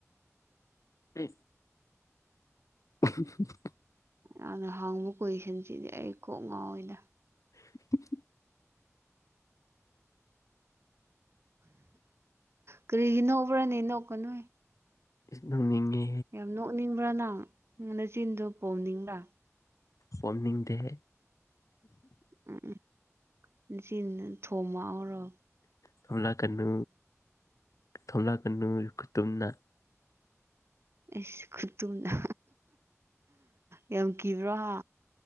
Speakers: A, on the left; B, on the right.
A: <unintelligible> ꯎ <inaudible>
B: ꯅꯪꯅ ꯍꯪꯕ ꯀꯣꯏꯁꯟꯁꯤꯗꯤ ꯑꯩ ꯀꯣꯛ ꯉꯥꯎꯏꯗ꯫
A: <unintelligible>
B: ꯀꯔꯤꯒꯤ ꯅꯧꯕ꯭ꯔꯅꯦ ꯅꯣꯛꯀꯅꯨ
A: ꯅꯣꯛꯅꯤꯡꯉꯦ
B: ꯌꯥꯝ ꯅꯣꯛꯅꯤꯡꯕ꯭ꯔꯥ ꯅꯪꯪ ꯅꯆꯤꯟꯗꯨ ꯄꯣꯝꯅꯤꯡꯕ꯭ꯔꯥ꯫
A: ꯐꯣꯟꯅꯤꯡꯡꯗꯦꯍꯦ
B: ꯎꯝ ꯎꯝ ꯅꯆꯤꯟꯗꯨꯗ ꯊꯣꯝꯃꯛꯎꯔꯣ꯫
A: ꯊꯣꯝꯂꯛꯀꯅꯨ ꯊꯣꯝꯂꯛꯀꯅꯨ ꯈꯨꯇꯨꯝꯅ
B: ꯑꯩꯁ ꯈꯨꯠꯇꯨꯝꯅ ꯌꯥꯝ ꯀꯤꯕ꯭ꯔꯣ ꯍꯥ